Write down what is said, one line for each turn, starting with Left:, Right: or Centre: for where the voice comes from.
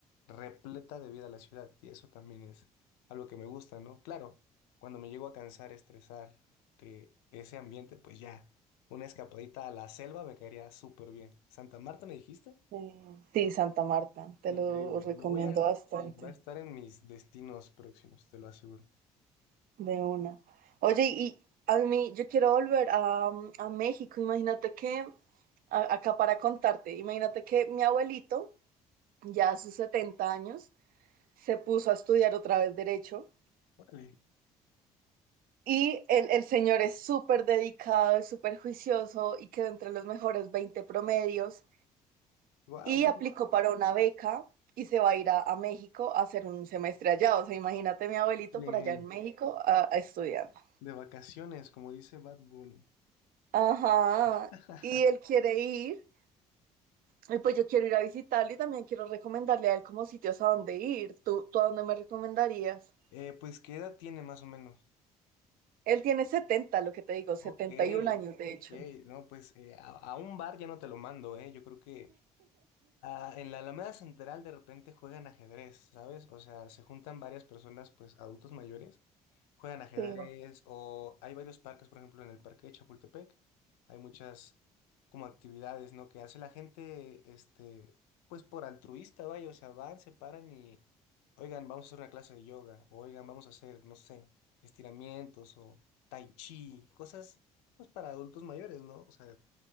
Left: repleta de vida la ciudad y eso también es algo que me gusta, ¿no? Claro, cuando me llego a cansar, estresar de ese ambiente, pues ya. Una escapadita a la selva me caería súper bien. Santa Marta, ¿me dijiste?
Right: sí, Sí, Santa Marta, te
Left: Increíble.
Right: lo recomiendo
Left: Lo voy a...
Right: bastante,
Left: Sí, va a estar en mis destinos próximos, te lo aseguro.
Right: de una. Oye, y a mí, yo quiero volver a, mm, a México, imagínate que, a- acá para contarte, imagínate que mi abuelito, ya a sus 70 años, se puso a estudiar otra vez derecho
Left: Vale.
Right: y el, el señor es súper dedicado, es súper juicioso y quedó entre los mejores 20 promedios
Left: Wow.
Right: y aplicó para una beca y se va a ir a, a México a hacer un semestre allá. O sea, imagínate mi abuelito
Left: De
Right: por allá en México a- a estudiando.
Left: vacaciones, como dice Bad Bunny.
Right: Ajá,
Left: <laughs>
Right: y él quiere ir. Y pues yo quiero ir a visitarlo y también quiero recomendarle a él como sitios a dónde ir. ¿Tú, tú a dónde me recomendarías?
Left: Eh, pues, ¿qué edad tiene más o menos?
Right: Él tiene 70 lo que te digo, 71
Left: Ok,
Right: años de
Left: ok.
Right: hecho.
Left: No, pues eh, a, a un bar ya no te lo mando, ¿eh? Yo creo que Ah, en la Alameda Central de repente juegan ajedrez, ¿sabes? O sea, se juntan varias personas, pues adultos mayores, juegan ajedrez
Right: Sí,
Left: o hay varios parques, por ejemplo, en el parque de Chapultepec, hay muchas como actividades, ¿no? Que hace la gente, este, pues por altruista, vaya, o sea, van, se paran y, oigan, vamos a hacer una clase de yoga, o, oigan, vamos a hacer, no sé, estiramientos o tai chi, cosas, pues para adultos mayores, ¿no? O sea,